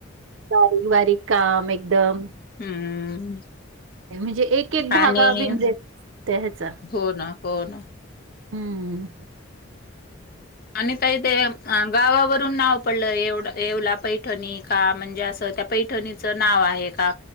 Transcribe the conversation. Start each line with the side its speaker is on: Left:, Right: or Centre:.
Right: बारीक बारीक काम एकदम!
Left: हम्म.
Right: म्हणजे एक एक धागा
Left: आणि
Right: बिन <inaudible> त्या ह्याचा.
Left: हो ना, हो ना.
Right: हम्म.
Left: आणि ताई ते अं गावावरून नाव पडलं एवढं, येवला पैठणी का, म्हणजे असं त्या पैठणीचं नाव आहे का?